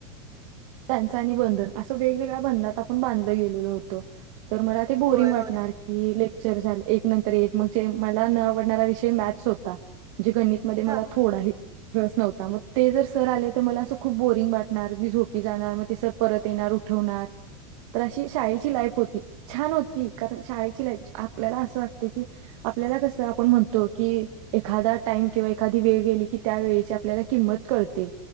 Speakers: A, on the right; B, on the right.
A: त्यांच आणि बंधन असं वेगवेगळ्या बंधनात आपण बांधलं गेलेलो होत. <inaudible> तर मला ते बोरिंग
B: होय
A: वाटणार
B: होय
A: की लेक्चर झालं एक नंतर एक मग जे मला न आवडणारा विषय. मॅक्स होता जे गणित मध्ये मला
B: हा
A: थोडा रस नव्हता ते सर जर आले तर मला बोरिंग वाटणार मी झोपणार मी जाणार मग ते सर परत येणार उठवणार तर अशी शाळेची लाईफ होती छाक. छान होती एकदा शाळेची लाईफ आपल्याला असं वाटतं की आपल्याला कस आपण म्हणतो. हो की एखादा टाईम किंवा एखादी वेळ गेली की त्यावेळी आपल्याला किंमत कळते.